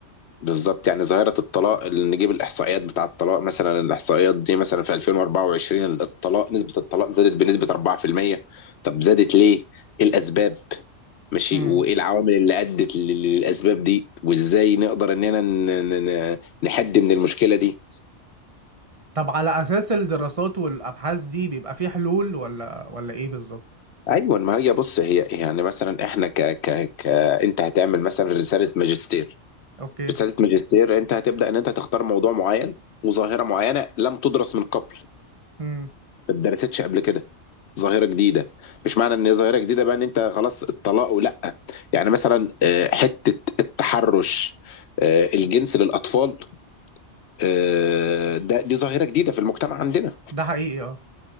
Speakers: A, on the left; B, on the right.
A: بالظبط يعني ظاهرة الطلاق اللي نجيب الإحصائيات بتاع الطلاق مثلا الإحصائيات دي مثلا في 2024 الطلاق نسبة الطلاق زادت بنسبة 4% طب زادت ليه؟ إيه الأسباب؟ ماشي
B: امم
A: وإيه العوامل اللي أدت لل- للأسباب دي؟ وإزاي نقدر إننا ن- ن- ن- نحد من المشكلة دي؟
B: طب على اساس الدراسات والابحاث دي بيبقى في حلول ولا ولا ايه بالظبط
A: أيوة ما هي بص هي يعني مثلا إحنا ك ك ك أنت هتعمل مثلا رسالة ماجستير
B: اوكي
A: رسالة ماجستير أنت هتبدأ إن أنت تختار موضوع معين وظاهرة معينة لم تدرس من قبل
B: امم
A: ما اتدرستش قبل كده ظاهرة جديدة مش معنى ان هي ظاهرة جديدة بقى ان انت خلاص الطلاق ولا يعني مثلا آه، حتة التحرش آه، الجنس للأطفال آه، ده دي ظاهرة جديدة في المجتمع عندنا
B: ده حقيقي اه